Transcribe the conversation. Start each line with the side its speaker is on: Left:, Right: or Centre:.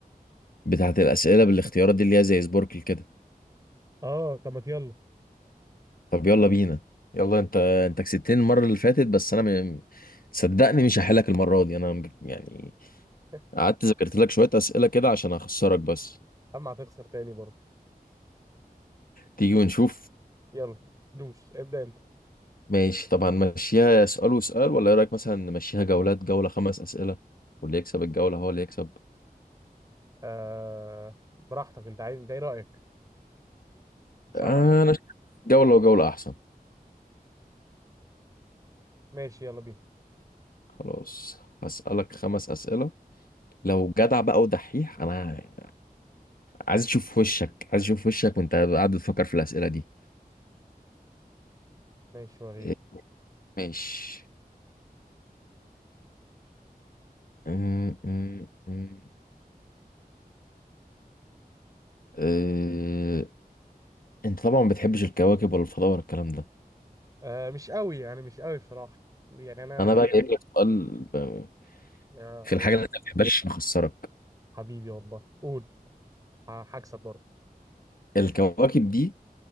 Left: بتاعت الاسئله بالاختيارات دي اللي هي زي سبوركل كده
Right: اه طب ما يلا
Left: طب يلا بينا يلا انت انت كسبتني المره اللي فاتت بس انا م... صدقني مش هحلك المره دي انا يعني
Right: <laughs>
Left: قعدت ذاكرت لك شويه اسئله كده عشان اخسرك بس
Right: اما هتخسر تاني برضه
Left: تيجي ونشوف
Right: يلا دوس ابدا انت
Left: ماشي طب هنمشيها سؤال وسؤال ولا ايه رايك مثلا نمشيها جولات جوله خمس اسئله واللي يكسب الجوله هو اللي يكسب
Right: آه براحتك انت عايز انت ايه رايك مش
Left: انا
Right: انا مع...
Left: شايف جولة وجولة احسن
Right: ماشي يلا بينا
Left: خلاص هسألك خمس أسئلة لو جدع بقى ودحيح انا عايز اشوف وشك عايز اشوف وشك وانت قاعد بتفكر في الأسئلة دي
Right: ماشي وريني
Left: إيه، ماشي أم- أم- أم. أه، انت طبعا ما بتحبش الكواكب ولا الفضاء ولا الكلام ده
Right: آه مش قوي يعني مش قوي بصراحه يعني انا
Left: انا بقى جايب لك سؤال ب-
Right: يا
Left: في
Right: الله
Left: الحاجة اللي انت ما بتحبهاش نخسرك
Right: حبيبي والله قول ه- هكسب برضه
Left: الكواكب دي